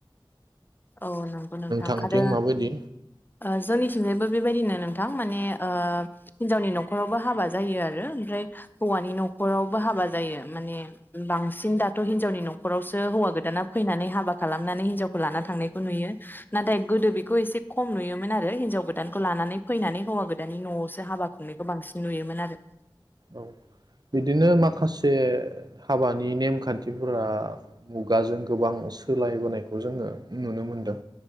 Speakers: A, on the left; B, on the right.
A: औ नोंगो नोंथां
B: नोंथांथिं
A: आरो
B: माबायदि
A: ओ जोंनिथिंजायबो बेबायदि नो थां माने ओ हिनजावनि न'खरावबो हाबा जायो आरो ओमफ्राय हौवानि न'खरावबो हाबा जायो माने बांसिन दाथ' हिनजावनि न'खरावसो हौवा गोदाना फैनानै हाबा खालामनानै हिनजावखो लाना थांनाय खो नुयो नाथाय गोदो बेखौ एसे खम नुयोमोन आरो हिनजाव गोदानखौ लानानै फैनानै हौवा गोदाननि न'आवसो हाबा खुंनायखौ बांसिन नुयोमोन आरो।
B: औ बिदिनो माखासे हाबानि नेमखान्थिफोरा मुगाजों गोबां सोलायबोनायखौ जोङो नुनो मोनदों।